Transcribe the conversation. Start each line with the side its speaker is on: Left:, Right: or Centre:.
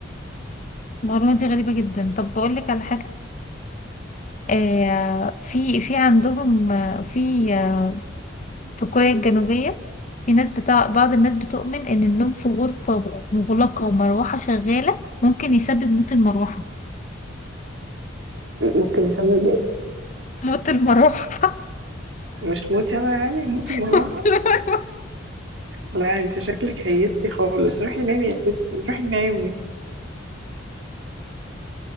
Left: المعلومه دي غريبه جدا طب بقول لك على حاجه آه في في عندهم آه، في آه، في كوريا الجنوبيه في ناس بتاع بعض الناس بتؤمن ان النوم في غرفه مغلقه ومروحه شغاله ممكن يسبب موت المروحه
Right: ممكن يسبب ايه
Left: موت المروحه
Right: مش موتي انا يعني موت
Left: <laughs>
Right: المروعه
Left: موت المروحه
Right: لا انت شكلك هيستي خالص روحي نامي يا ستي روحي نامي